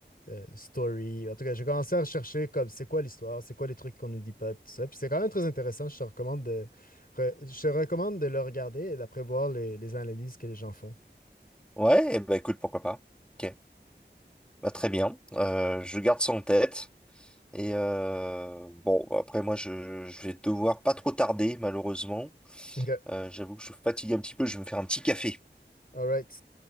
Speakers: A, on the left (about 55°); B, in the centre.
A: euh, Story. En tout cas, j'ai commencé à rechercher comme c'est quoi l'histoire, c'est quoi les trucs qu'on nous dit pas, puis tout ça. Puis c'est quand même très intéressant. Je te recommande de, re- je te recommande de le regarder et d'après voir les, les analyses que les gens font.
B: Ouais, et bah écoute, pourquoi pas. Ok, bah très bien. Euh, je garde ça en tête. Et euh, bon, bah, après moi, je, je vais devoir pas trop tarder, malheureusement.
A: OK. <laughs>
B: Euh, j'avoue que je suis fatigué un petit peu, je vais me faire un petit café.
A: All right.